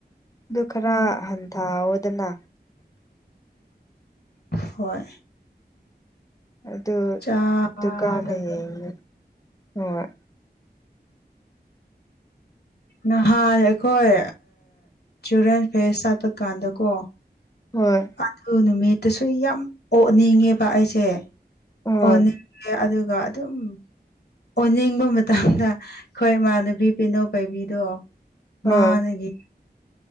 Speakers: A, on the left; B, on the left.
A: ꯑꯗꯨ ꯈꯔ
B: ꯍꯣꯏ
A: ꯍꯟꯊꯑꯣꯗꯅ
B: ꯍꯣꯏ
A: ꯑꯗꯨ
B: ꯆꯥꯗꯕ
A: ꯗꯨꯀꯥꯟꯅ ꯌꯦꯡꯉꯤ ꯍꯣꯏ
B: ꯅꯍꯥꯟ ꯑꯩꯈꯣꯏ ꯆꯤꯜꯗ꯭ꯔꯦꯟ ꯐꯦꯁ ꯆꯠꯄ ꯀꯥꯟꯗ ꯀꯣ
A: ꯍꯣꯏ
B: ꯑꯗꯨ ꯅꯨꯃꯤꯠꯇꯁꯨ ꯌꯥꯝ ꯑꯣꯛꯅꯤꯡꯉꯦꯕ ꯑꯩꯁꯦ
A: ꯍꯣꯏ
B: ꯑꯣ ꯑꯗꯨꯒ ꯑꯗꯨꯝ ꯑꯣꯅꯤꯡꯕ ꯃꯇꯝꯗ ꯑꯩꯈꯣꯏ ꯏꯃꯥꯟꯅꯕꯤ ꯄꯦꯅꯣ ꯄꯥꯏꯕꯤꯗꯣ
A: ꯍꯣꯏ
B: ꯃꯥꯅꯒꯤ